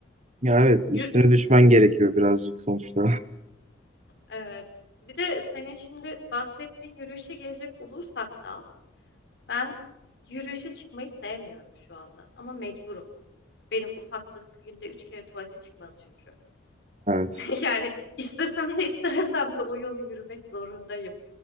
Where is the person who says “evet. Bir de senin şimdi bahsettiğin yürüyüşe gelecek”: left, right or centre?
Left